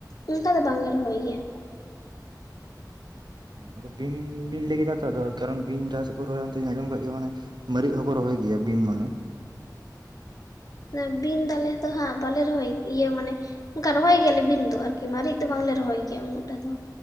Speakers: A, on the left; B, on the right.
A: ᱚᱱᱠᱟ ᱫᱚ ᱵᱟᱝᱞᱮ ᱨᱚᱦᱚᱭ ᱜᱮᱭᱟ
B: ᱟᱫᱚ ᱵᱤᱢ ᱵᱤᱱ ᱞᱟᱹᱭ ᱠᱮᱫᱟ ᱛᱚ ᱠᱟᱨᱚᱱ ᱵᱤᱢ ᱡᱟᱦᱟᱸ ᱥᱮᱫ ᱨᱚᱦᱚᱭᱟ ᱚᱱᱛᱮ ᱟᱸᱡᱚᱢ ᱠᱟᱜ ᱜᱮᱭᱟ ᱢᱟᱱᱮ ᱢᱟᱨᱤᱪ ᱦᱚᱸᱠᱚ ᱨᱚᱦᱚᱭ ᱜᱮᱭᱟ ᱵᱤᱢ ᱢᱟᱱᱮ
A: ᱚ ᱵᱤᱢ ᱫᱟᱞᱮ ᱫᱚ ᱦᱟᱸᱜ ᱵᱟᱞᱮ ᱨᱚᱦᱚᱭ ᱤᱭᱟᱹ ᱢᱟᱱᱮ ᱚᱱᱠᱟ ᱨᱚᱦᱚᱭ ᱜᱮᱭᱟᱞᱮ ᱵᱤᱢ ᱫᱚ ᱟᱨᱠᱤ ᱢᱟᱨᱤᱪ ᱫᱚ ᱵᱟᱝᱞᱮ ᱨᱚᱦᱚᱭ ᱜᱮᱭᱟ ᱩᱱᱟᱹᱜ ᱴᱟ ᱫᱚ